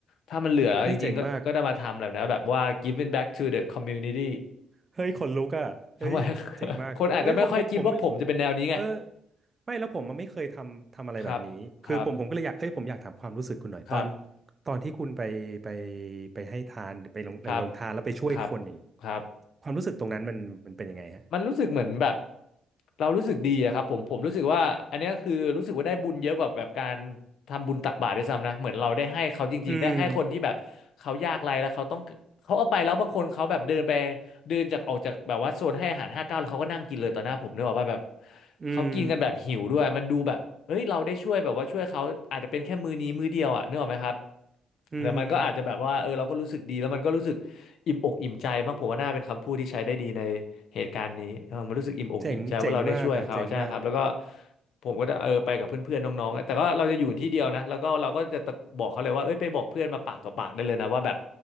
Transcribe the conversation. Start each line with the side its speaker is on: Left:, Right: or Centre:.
Left: ถ้ามันเหลือจริงๆก็ก็ได้มาทำแบบนั้นแบบว่า
Right: เฮ้ยเจ๋งมาก
Left: giving back to the community
Right: เฮ้ยขนลุกอ่ะเฮ้ยเจ๋งมากเฮ้ยผมผมผมไม่
Left: ทำไม <laughs> คนอาจจะไม่ค่อยคิดว่าผมจะเป็นแนวนี้ไง
Right: เออไม่แล้วผมมันไม่เคยทำทำอะไรแบบนี้คือผมผมก็เลยอยากเอ้ยผมอยากถามความรู้สึกคุณหน่อยตอน
Left: ครับครับครับ
Right: ตอนที่คุณไปไปไปให้ทานไปลงเอ่อลงทานแล้วไปช่วยคนอย่างนี้
Left: ครับครับครับ
Right: ความรู้สึกตรงนั้นมันมันเป็นยังไงฮะ
Left: มันรู้สึกเหมือนแบบเรารู้สึกดีอะครับผมผมรู้สึกว่าอันเนี้ยคือรู้สึกว่าได้บุญเยอะกว่าแบบการทำบุญตักบาตรด้วยซ้ำนะเหมือนเราได้ให้เขาจริงๆได้ให้คนที่แบบเขายากไร้แล้วเขาต้องเขาเอาไปแล้วบางคนเขาแบบเดินไป
Right: อืม
Left: เดินจากออกจากแบบว่าโซนให้อาหารห้าเก้าแล้วเขาก็นั่งกินเลยต่อหน้าผมเนกอะว่าแบบ
Right: อืม
Left: เขากินกันแบบหิวด้วยมันดูแบบเอ้ยเราได้ช่วยแบบว่าช่วยเขาอาจจะเป็นแค่มือนี้มือเดียวอะนึกออกไหมครับ
Right: อืม
Left: แต่มันก็อาจจะแบบว่าเออเราก็รู้สึกดีแล้วมันก็รู้สึกอิ่มอกอิ่มใจมากผมว่าน่าเป็นคำพูดที่ใช้ได้ดีใน เหตุการณ์นี้เออมันรู้สึกอิ่มอกอิ่มใจว่าเราได้ช่วยเขาใช่ครับแล้วก็
Right: เจ๋งเจ๋งมากอ่ะเจ๋งมาก
Left: ผมก็จะเออไปกับเพื่อนๆน้องๆอะแต่ก็เราจะอยู่ที่เดียวนะแล้วก็เราก็จะตะบอกเขาเลยว่าเอ้ยไปบอกเพื่อนมาปากต่อปากได้เลยนะว่าแบบ